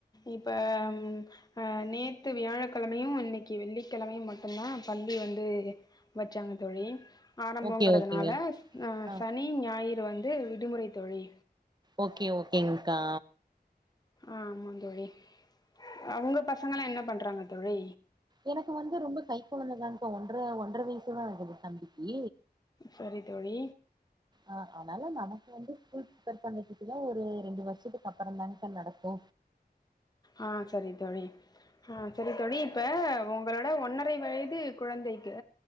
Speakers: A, on the left; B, on the right.
A: இப்ப ம் அ நேத்து வியாழக்கெழமையும் இன்னைக்கு வெள்ளிக்கெழமையும் மட்டுந்தா பள்ளி வந்து வச்சாங்க தோழி ஆரம்போங்கிறதுனால
B: ஓகே ஓகேங்க
A: ந
B: ஆ
A: சனி ஞாயிறு வந்து விடுமுறை தோழி
B: ஓகே ஓகேங்க்கா
A: ஆமா தோழி அ உங்க பசங்கலா என்ன பண்றாங்க தோழி
B: எனக்கு வந்து ரொம்ப கை கொழந்ததாக்கா ஒன்ற ஒன்ற வயசுதா ஆகுது தம்பிக்கு
A: சரி தோழி
B: ஆ அதனால நமக்கு வந்து ஸ்கூல் ப்ரிஃபேர் பண்ணதுக்குதுக்லா ஒரு ரெண்டு வருஷத்துக்கு அப்பறந்தாங்கா நடக்கு
A: ஆ சரி தோழி ஆ சரி தோழி இப்ப உங்களோட ஒன்னரை வயது குழந்தைக்கு